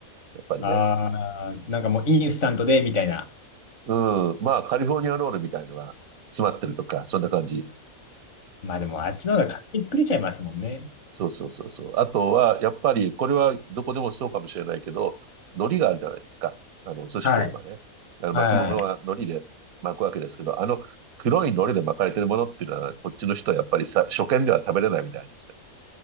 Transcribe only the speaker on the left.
ああ、なんかもうインスタントでみたいな。
まあでもあっちの方が勝手に作れちゃいますもんね。
はい。
はい。